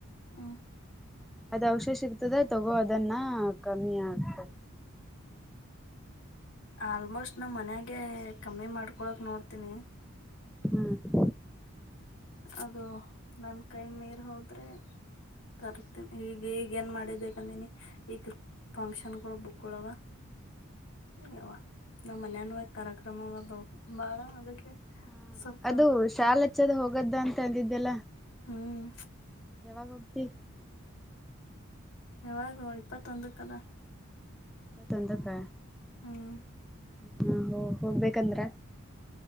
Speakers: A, on the left (about 75°); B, in the centre.
A: ಹ್ಮ್
B: ಅದ್ ಔಷಷ ಸಿಗ್ತದ ತಗೋ ಅದನ್ನ ಕಮ್ಮಿ ಆಗ್ತದೆ.
A: ಆಲ್ಮೋಸ್ಟ್ ನಾ ಮನ್ಯಾಗೆ ಕಮ್ಮಿ ಮಾಡ್ಕೊಳಕ್ ನೋಡ್ತೀನಿ.
B: ಹ್ಮ್...
A: ಅದು ನನ್ ಕೈ ಮೀರ್ ಹೋದ್ರೆ. ತರ್ತೀನಿ ಈಗ ಈಗ ಏನ್ ಮಾಡಿದ್ದಂದೀನಿ ಈಗ. ಫಂಕ್ಷನ್ಗಳು ಬುಕಲೋಗಾ. ಅ್ಯವ ನಮ್ಮ್ ಮನ್ಯನ್ ಕಾರ್ಯಕ್ರಮ ಬ ಬಾಳ ಅದಕ್ಕೆ
B: ಹಾ
A: ಸ್ವಲ್ಪ
B: ಅದು ಶಾಲ ಹಚ್ಚದ ಹೋಗದ್ದ ಅಂತ ಅಂದಿದ್ದ್ಯಲ್ಲ.
A: ಹ್ಮ್
B: ಯಾವಾಗ ಹೋಗತಿ
A: ಯಾವಾಗ ಇಪ್ಪತ್ತೊಂದು ಕದ
B: ತೊಂದಕ್ಕ
A: ಹ್ಮ್
B: ಹ್ಮ್ ಹೋಗ ಹೋಗ್ಬೇಕಂದ್ರ.